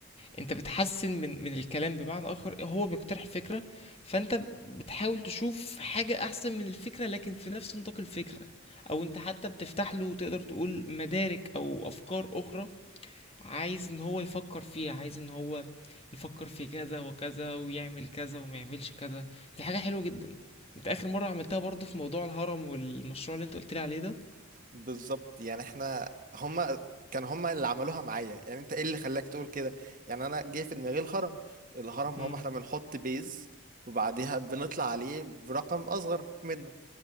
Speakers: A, on the left (about 25°); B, on the right (about 40°).
A: انت بتحسن من من الكلام بمعنى اخر هو بيقترح فكره فانت بتحاول تشوف حاجه احسن من الفكره لكن في نفس نطاق الفكره او انت حتى بتفتح له تقدر تقول مدارك او افكار اخرى عايز ان هو يفكر فيها عايز ان هو يفكر في كذا وكذا ويعمل كذا وما يعملش كذا دي حاجه حلوه جدا انت اخر مره عملتها برضو في موضوع الهرم والمشروع اللي انت قلت لي عليه ده
B: بالظبط يعني احنا هما كان هما اللي عملوها معايا يعني انت ايه اللي خلاك تقول كده يعني انا جه في دماغي الهرم الهرم
A: امم
B: هما احنا بنحط بيز وبعديها بنطلع عليه برقم اصغر منه